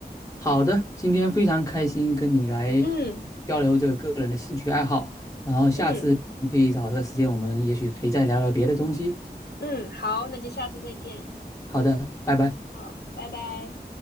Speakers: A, on the left; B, on the left.
A: 好的，今天非常开心跟你来
B: 嗯
A: 交流这个个人的兴趣爱好，然后下次可以找个时间，
B: 嗯
A: 我们也许可以再聊聊别的东西。
B: 嗯，好，那就下次再见，
A: 好的，拜拜。
B: 好，拜拜。